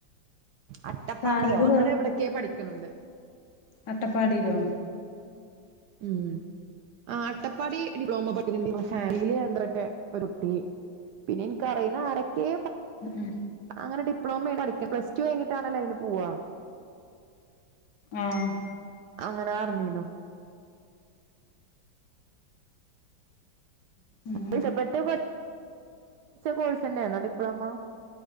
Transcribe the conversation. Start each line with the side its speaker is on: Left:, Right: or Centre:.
Right: അട്ടപ്പാടിയോ
Left: സാലറി
Right: അങ്ങനെ എവിടയൊക്കെയോ പഠിക്കണണ്ട്
Left: അട്ടപ്പാടിലോ
Right: ഉം ആഹ് അട്ടപ്പാടി ഡിപ്ലോമ <unintelligible> ഹാലല് എന്ത്രട്ടെ ഒരുട്ടി പിന്നെ എനിക്കറിയണ ആരൊക്കെ
Left: ഉം ഉം
Right: അങ്ങനെ ഡിപ്ലോമയാണ് പടിക്കണെ പ്ലസ് ടു കഴിഞ്ഞിട്ടാണല്ലോ അയിന് പോവ
Left: ആഹ്
Right: അങ്ങനെ അറിഞ്ഞീന്നു
Left: ഉം
Right: ഇഷപ്പെട്ട് കോഴ്സ് തന്നെയണോ ഡിപ്ലോമ